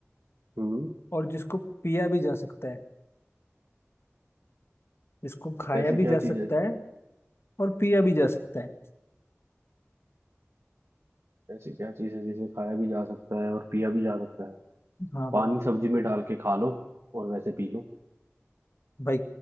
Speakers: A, on the right (about 70°); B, on the left (about 60°).
A: हम्म
B: और जिसको पिया भी जा सकता है जिसको खाया
A: ऐसी
B: भी
A: क्या
B: जा सकता
A: चीज है जै-
B: है और पिया भी जा सकता है
A: ऐसी क्या चीज है जिसे खाया भी जा सकता है और पिया भी जा सकता है
B: हाँ
A: पानी
B: भाई
A: सब्जी में डाल के खा लो और वैसे पी लो
B: भाई